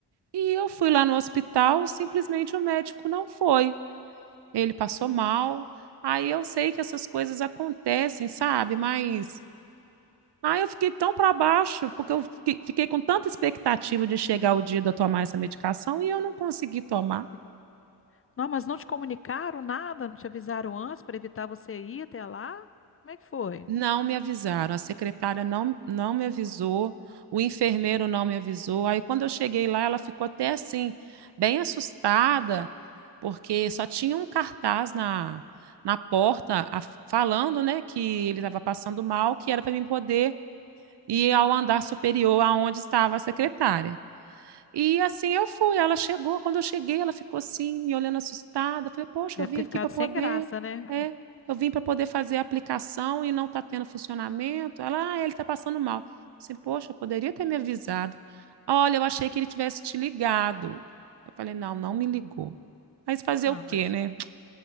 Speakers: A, on the right; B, on the left.
A: e eu fui lá no hospital, simplesmente o médico não foi. Ele passou mal. Aí eu sei que essas coisas acontecem, sabe? Mas aí eu fiquei tão para baixo porque eu fiquei fiquei com tanta expectativa de chegar o dia de eu tomar essa medicação e eu não consegui tomar.
B: Sim. Não, mas não te comunicaram nada, não te avisaram antes para evitar você ir até lá? Como é que foi?
A: Não me avisaram, a secretária não, não me avisou, o enfermeiro não me avisou. Aí, quando eu cheguei lá, ela ficou até assim, bem assustada, porque só tinha um cartaz na, na porta a- falando, né, que ele estava passando mal, que era para mim poder ir ao andar superior aonde estava a secretária. E assim eu fui. Ela chegou, quando eu cheguei, ela ficou assim, me olhando assustada. Falei, poxa,
B: Deve
A: eu vim
B: ter
A: aqui
B: ficado
A: para poder.
B: sem graça, né? <laughs>
A: É, eu vim para poder fazer a aplicação e não está tendo funcionamento. Ela, ah, ele está passando mal. Assim, poxa, eu poderia ter me avisado. Olha, eu achei que ele tivesse te ligado. Eu falei, não, não me ligou. Mas fazer
B: Ah,
A: o quê,
B: mas
A: né?